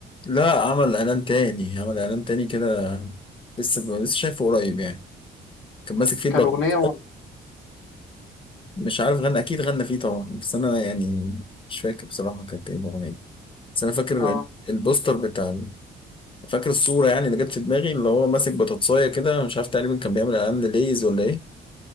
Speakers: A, on the left; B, on the left.
A: لا عمل اعلان تاني عمل اعلان تاني كده لسه لسه شايفه قريب يعني كان ماسك فيه البطل
B: كان أغنية و...
A: مش عارف غنى اكيد غنى فيه طبعا بس انا يعني مش فاكر بصراحه كانت ايه الاغنيه بس انا فاكر
B: آه
A: ال- البوستر بتاع ال- فاكر الصوره يعني اللي جت في دماغي اللي هو ماسك بطاطسايه كده مش عارف تقريبا كان بيعمل اعلان لليز ولا ايه